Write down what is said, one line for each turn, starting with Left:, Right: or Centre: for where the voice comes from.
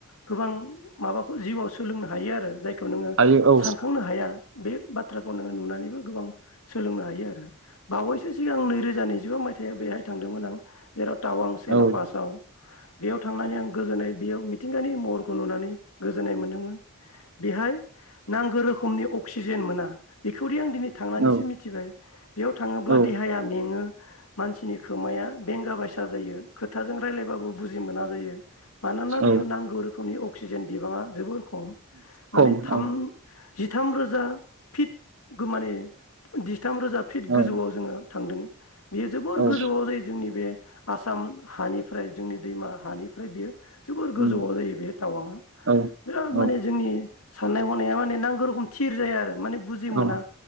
Left: गोबां माबाखौ जिउआव सोलोंनो हायो आरो जाय खौ नोङो
Right: हायो औ
Left: सानखांनो हाया। बे बाथ बाथ्राखौ नोङो नुनानैबो गोबां सोलोंनो हायो आरो। बावैसो सिगां नैरोजा नैजि नैजिबा मायथाइयाव बेहाय थांदोंमोन आं। जेराव टावां चेला
Right: औ
Left: पासाव बेयाव थांनानै आं गोजोननाय बेयाव मिथिंगानि महरखौ नुनानै गोजोननाय मोन्दोंमोन। बिहाय नांगौ रोखोमनि अक्सिजेन मोना बेखौदि आं दिनै थांनानैसो
Right: औ
Left: मिथिबाय बेयाव थाङोब्ला
Right: औ
Left: देहाया मेङो मानसिनि खोमाया बेंगा बायसा जायो। खोथाजों रायलायबाबो बुजि मोना जायो मानोना बेयाव
Right: औ
Left: नांगौ रोखोम नि अक्सिजेन बिबाङा जोबोर खम माने
Right: खम
Left: थाम
Right: औ
Left: जिथाम रोजा फिट गो माने दि जि थाम रोजा फिट गोजौआव
Right: औ
Left: जोङो थांदों बेयो जोबोर
Right: औ
Left: गोजौआव जायो जोंनि बे आसाम हानिफ्राय जोंनि दैमा हानिफ्राय बियो जोबोर गोजौआव
Right: उम,
Left: जायो बे टावांआ
Right: औ
Left: बिराद
Right: औ
Left: माने जोंनि साननाय गनाया माने नांगौ रोखोम थिर जाया आरो माने बुजि
Right: औ
Left: मोना